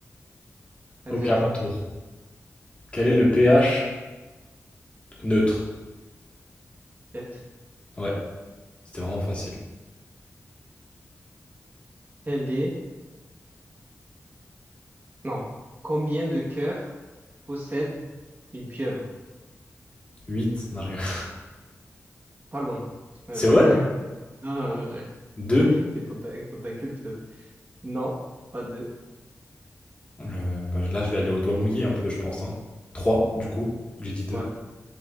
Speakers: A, on the right; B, on the left.
A: Vas-y,
B: Ok,
A: à
B: à
A: toi.
B: mon tour. Quel est le pH neutre?
A: Quatre.
B: Ouais, c'était vraiment facile.
A: Quel est... Non. Combien de cœurs possède une pieuvre?
B: 8. non, je rigole.
A: Pas loin. Ouais,
B: C'est
A: je rigole.
B: vrai?
A: <laughs> Non, non, non, je...
B: 2.
A: Et tenta- et tentacule, peut-être. Non, pas deux.
B: Euh, bah, là, je vais aller au doigt mouillé un peu, je pense. Hein. 3, du coup. J'ai dit deux.
A: Ouais,